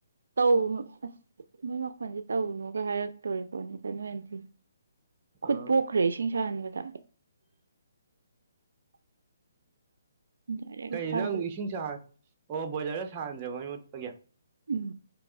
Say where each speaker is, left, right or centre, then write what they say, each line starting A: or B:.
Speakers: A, on the right (about 80°); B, on the right (about 25°).
A: ꯇꯧꯅꯨ ꯑꯁ ꯅꯣꯏ ꯃꯈꯣꯟꯁꯦ ꯇꯧꯅꯨꯒ ꯍꯥꯏꯔꯛꯇꯣꯔꯤꯀꯣꯅꯤꯗ ꯅꯣꯏꯟꯗꯤ
B: ꯑꯥ
A: ꯈꯨꯠ ꯄꯣꯛꯈ꯭ꯔꯦ ꯏꯁꯤꯡ ꯁꯥꯍꯟꯕꯗ ꯗꯥꯏꯔꯦꯛ
B: ꯀꯩ
A: ꯑꯁꯥꯕꯗ
B: ꯅꯪ ꯏꯁꯤꯡ ꯑꯣ ꯕꯣꯏꯂꯔꯗ ꯁꯥꯍꯟꯗ꯭ꯔꯦꯕ ꯃꯣꯠꯄ ꯀꯌꯥ
A: ꯎꯝ